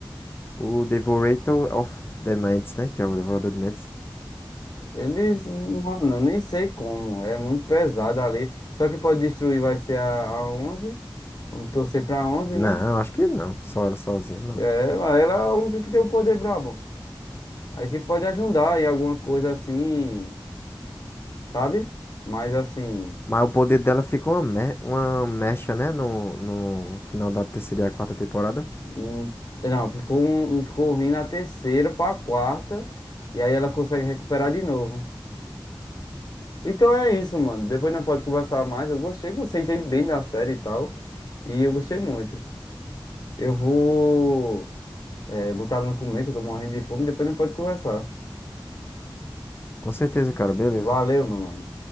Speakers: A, on the left; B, on the left.
A: O Devorator of the Mentes, né? Que é o Devorador de Mentes.
B: Eles, mano, eu nem sei como. É muito pesado ali. Só que pode destruir vai ser a, a onze. Vamos torcer pra onze,
A: Não,
B: né?
A: acho que não. Só ela sozinha, não.
B: É, Ela, ela é a única que tem o poder brabo. Aí que pode ajudar em alguma coisa assim, sabe? Mas assim.
A: Mas o poder dela fica uma, me- uma mecha, né? No, no final da terceira e a quarta temporada.
B: hum, Não, ficou, um, um- ficou ruim na terceira pra quarta. E aí ela consegue recuperar de novo. Então é isso, mano. Depois nós pode conversar mais. Eu gostei, você entende bem da série e tal. E eu gostei muito. Eu vou, eh, botar meu comer, que eu tô morrendo de fome. Depois nós pode conversar.
A: Com certeza, cara, beleza.
B: Valeu, meu mano.